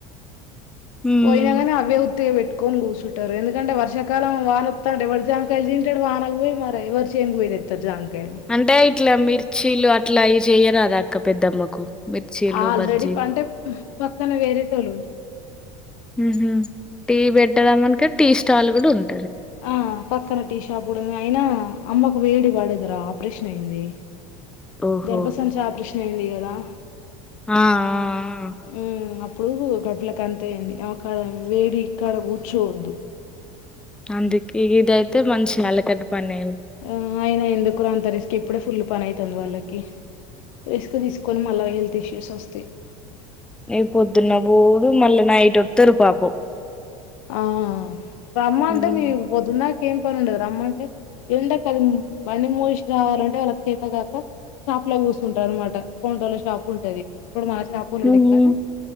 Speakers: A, in the centre; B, on the left (about 75°).
A: హ్మ్.
B: పోయిన కానీ అవ్వే ఉత్తిగపెట్ పెట్టుకొని కూసుంటరు ఎందుకంటే వర్షకాలం వానవోత్తఅంటే ఎవరి జానకాయళ తింటాడు వానకు పోయి మరి ఎవరు చేన్కి పోయ్ తెత్తరు జామ్ గాయ్ నా
A: అంటే ఇట్లా మిర్చీలు అట్లా అయి చెయ్యరాదా అక్క పెద్దమ్మకు మిర్చీలు
B: ఆల్రెడీ
A: బజ్జీలు
B: పంటే ం పక్కన వేరేటోళ్ళుంటర్ర
A: మ్మహ్ టీవి బెట్టదామంటే టీస్ స్టాల్ కూడా ఉంద్
B: ఆ పక్కన టీ షాప్ కుడుంది అయినా అమ్మ ఒక వేడి వాడదరా ఆపరేషన్ అయింది
A: ఓహో
B: గర్భసంచ ఆపృష్న్ అయ్యింది కదా
A: ఆ ఆ
B: మ్మ్. అప్పుడు గడ్ల క అంత అయింది అక్కడ వేడి ఇక్కడ కూర్చోవద్దు
A: అందుకే ఇది అయితే మంచి అలకట్ పని
B: ఆ అయిన ఎందుకు అంత రిస్క్ ఇప్పుడే ఫుల్ పని అయితాంది వాళ్ళకి రిస్క్ తీసుకొని మళ్ళ హెల్త్ ఇష్యూస్ వస్తాయి
A: నేన్ పొద్దున్న బోడు మళ్ళీ నైట్ వస్తరు పాపం
B: ఆ అమ్మంటే
A: ఉమ్.
B: మీకు పొద్దున్న ఏం పని ఉండదు రమ్మంటే ఎండకాలం బండి మూషి రావాలంటే వాళ్ళకు చేతగాక షాప్ లో కూర్చుంటారు అన్నమాట కౌంటోళ్ల షాప్ ఉంటది ఇప్పుడు మాచ ఆపోలోల
A: ఉమ్,
B: లెక్కడ